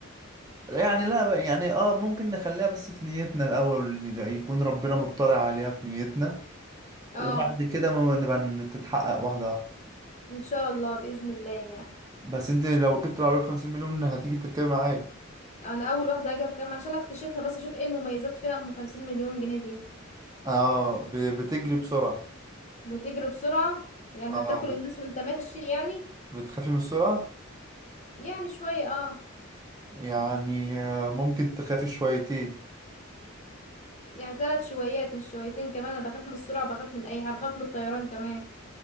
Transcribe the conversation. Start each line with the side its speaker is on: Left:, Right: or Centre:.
Right: يعني لا بقى- يعني اه ممكن نخليها بس في نيتنا الأول إن ده يكون ربنا مطلع عليها في نيتنا وبعد
Left: اه
Right: كده ما نبقى تتحقق واحدة واحدة
Left: ان شاء الله بإذن الله يعني
Right: بس انت لو جبت العربية بخمسين مليون هتيجي تركبي معايا
Left: انا اول واحدة هاجي كام عشان اكتشفها بس اشوف ايه المميزات فيها ام 50 مليون جنيه دي
Right: اه ب- بتجري بسرعة
Left: بتجري بسرعة يعني
Right: اه
Left: هتاكل
Right: بت-
Left: الناس وانت ماشي يعني
Right: بتخافي من السرعة
Left: يعني شوية اه
Right: يعني آه، ممكن تخافي شويتين
Left: يعني ثلاث شويات مش شويتين كمان انا بخاف من السرعة بخاف من اي حاجة بخاف من الطيران كمان